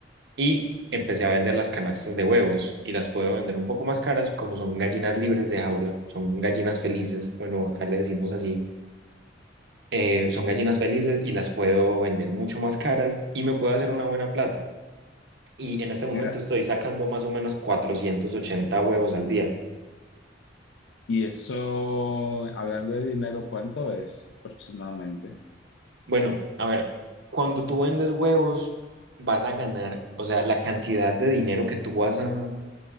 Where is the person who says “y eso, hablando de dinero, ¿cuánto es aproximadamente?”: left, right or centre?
Left